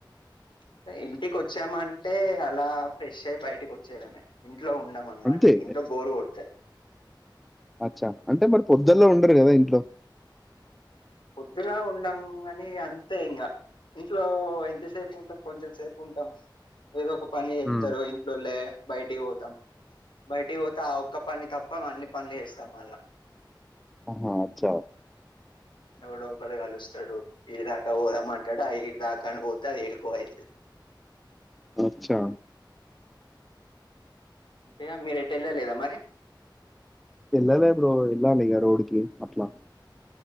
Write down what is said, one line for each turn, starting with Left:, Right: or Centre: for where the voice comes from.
Left: సే ఇంటికొచ్చామంటే అలా ఫ్రెషై బయటకొచ్చేడమే ఇన్. ఇంట్లో ఉండమన్మాట
Centre: అంతే
Left: ఇంట్లో బోర్ గొడ్తది.
Centre: అచ్చా అంటే మరి పొద్దుల్ల ఉండరు గదా ఇంట్లో.
Left: పొద్దున ఉండం గని అంతే ఇంగా. ఇంట్లో ఎంతసేపు ఉంటాం, కొంచెం సేపు ఉంటాం. ఏదో ఒక. పని జేప్తారు
Centre: ఆ,
Left: ఇంట్లోల్లే బయటిబోతాం. బయటిబోతే ఆ ఒక్క పని తప్ప అన్ని పన్లు జేస్తాం మళ్లా.
Centre: ఆహా అచ్చ.
Left: ఎక్కడొకడు గలుస్తాడు ఈగ. <inaudible> కా బొదామంటడు, ఆ ఈడీ దాకా అని బో. క ఎడికో ఐతది.
Centre: అచ్చా
Left: అంటే మీర్ ఎట్ ఎళ్ళ లేదా మరి
Centre: వెళ్ళలే బ్రో వెళ్ళాలి ఇగ రోడ్ కి అట్లా